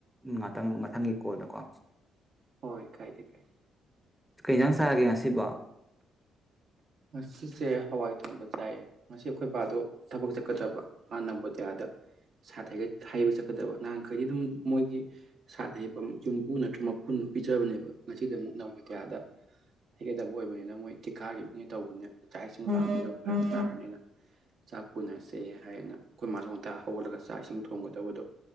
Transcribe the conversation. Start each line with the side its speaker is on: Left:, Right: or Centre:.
Centre: ꯉꯥꯛꯇꯪ ꯃꯊꯪꯒꯤ ꯀꯣꯜꯗꯀꯣ
Right: ꯍꯣꯏ ꯀꯥꯏꯗꯦ ꯀꯥꯏꯗꯦ
Centre: ꯀꯩꯁꯥꯡ ꯁꯥꯔꯒꯦ ꯉꯁꯤꯕ
Right: ꯉꯁꯤꯁꯦ ꯍꯋꯥꯏ ꯊꯣꯡꯕ ꯆꯥꯏꯌꯦ ꯉꯁꯤ ꯑꯩꯈꯣꯏꯕꯥꯗꯣ ꯊꯕꯛ ꯆꯠꯀꯗꯕ ꯅ ꯅꯕꯣꯗꯤꯌꯥꯗ ꯁꯥꯠ ꯍꯩꯕ ꯆꯠꯀꯗꯕ ꯅꯍꯥꯟꯈꯩꯗꯤ ꯑꯗꯨꯝ ꯃꯣꯏꯒꯤ ꯁꯥꯠ ꯍꯩꯕ ꯌꯨꯝꯕꯨ ꯅꯠꯇ꯭ꯔꯒ ꯃꯐꯨꯟ ꯄꯤꯖꯕꯅꯦꯕ ꯉꯁꯤꯗꯤ ꯑꯗꯨꯝ ꯅꯕꯣꯗꯤꯌꯥꯗ ꯍꯩꯒꯗꯕ ꯑꯣꯏꯕꯅꯤꯅ ꯃꯣꯏ ꯊꯤꯀꯥꯒꯤ ꯑ ꯇꯧꯕꯅꯦꯅ ꯆꯥꯛ ꯏꯁꯤꯡ ꯊꯣꯡꯕꯗꯣ ꯐ ꯇꯥꯔꯅꯤꯅ ꯆꯥꯛ ꯄꯨꯅꯁꯦ ꯍꯥꯏꯌꯦꯅ ꯑꯩꯈꯣꯏ ꯃꯥꯁꯨ ꯉꯇꯥ ꯍꯧꯒꯠꯂꯒ ꯆꯥꯛ ꯏꯁꯤꯡ ꯊꯣꯡꯒꯗꯕꯗꯣ